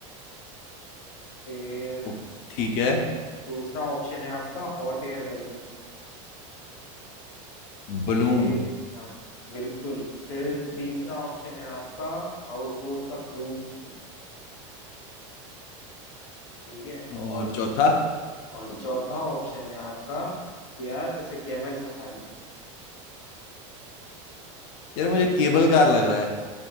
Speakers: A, on the left; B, on the left.
A: फिर
B: ओ, ठीक है
A: दूसरा ऑप्शन है आपका हॉट एयर बलून
B: बलून
A: फिर हाँ बिल्कुल फिर तीसरा ऑप्शन है आपका हाउस बोट का क्रूज ठीक है
B: और
A: और
B: चौथा
A: और चौथा ऑप्शन है आपका कि यार इसे कैमल सफारी
B: यार मुझे केबल कार लग रहा है